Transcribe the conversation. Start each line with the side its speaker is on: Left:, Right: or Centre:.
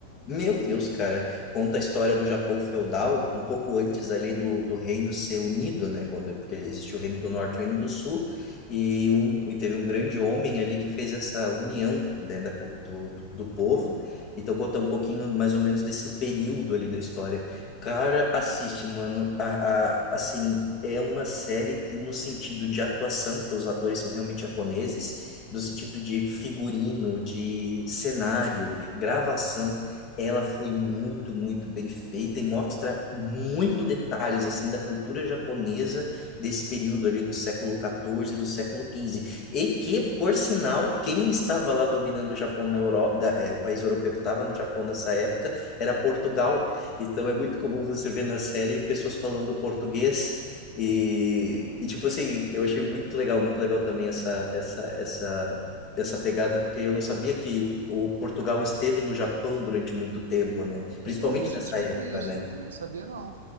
Left: Meu Deus, cara, conta a história do Japão feudal, um pouco antes ali do, do reino ser unido, né? Quando, porque existiu o reino do norte e o reino do sul, e, um, e teve um grande homem ali que fez essa união dentro da, co- do, do, do povo. Então, conta um pouquinho mais ou menos desse período ali da história. Cara, assiste, mano. A, a- assim, é uma série que, no sentido de atuação, porque os atores são realmente japoneses, no sentido de figurino, de cenário, gravação, ela foi muito, muito bem feita e mostra muito detalhes, assim, da cultura japonesa desse período ali do século XIV e do século XV. E que, por sinal, quem estava lá dominando o Japão na Europa, o país europeu que estava no Japão nessa época, era Portugal então é muito comum você ver na série pessoas falando português e, e tipo assim, eu achei muito legal, muito legal também essa essa essa essa pegada, porque eu não sabia que o Portugal esteve no Japão durante muito tempo, né?
Right: É a
Left: Principalmente
Right: primeira vez
Left: nessa
Right: que eu escuto
Left: época,
Right: isso.
Left: né?
Right: Eu também não sabia, não.